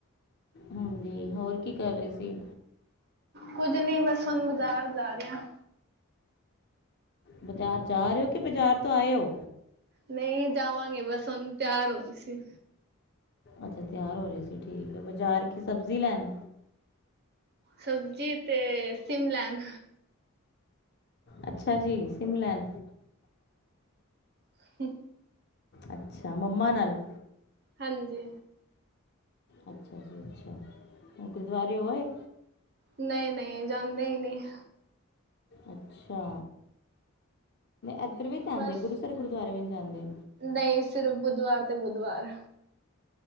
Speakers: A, on the left; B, on the right.
A: ਹਾਂਜੀ ਹੋਰ ਕੀ ਕਰ ਰਹੇ ਸੀ
B: ਕੁੱਝ ਨਹੀਂ ਬਸ ਹੁਣ ਬਜ਼ਾਰ ਜਾ ਰਹੇ ਆ
A: ਬਜ਼ਾਰ ਜਾ ਰਹੇ ਹੋ ਕੇ ਬਾਜ਼ਾਰ ਤੋਂ ਆਇਓ
B: ਨਹੀਂ ਜਾਵਾਂਗੇ ਬਸ ਹੁਣ ਤਿਆਰ ਹੋ ਰਹੀ ਸੀ
A: ੱਛ ਤਿਆਰ ਹੋ ਰਹੇ ਸੀ ਠੀਕ ਬਾਜ਼ਾਰ ਕੀ ਸਬਜ਼ੀ ਲੈਣ
B: ਸਬਜੀ ਤੇ ਸਿਮ ਲੈਣ
A: ਅੱਛਾ ਜੀ ਸਿਮ ਲੈਨ
B: ਹਮ
A: ਅੱਛਾ ਮੰਮਾ ਨਾਲ
B: ਹਾਂਜੀ
A: ਅੱਛਾ ਜੀ ਅੱਛਾ ਗੁਰਦੁਆਰੇ ਹੋ ਆਏ
B: ਨਹੀਂ ਨਹੀਂ ਜਾਂਦੇ ਹੀ ਨਹੀਂ
A: ਅੱਛਾ ਇੱਧਰ ਵੀ ਜਾਂਦੇ
B: ਬਸ
A: ਗੁਰੂਸਰ ਗੁਰਦੁਆਰੇ ਜਾਂਦੇ
B: ਨਹੀਂ ਸਿਰਫ਼ ਬੁੱਧਵਾਰ ਤੇ ਬੁੱਧਵਾਰ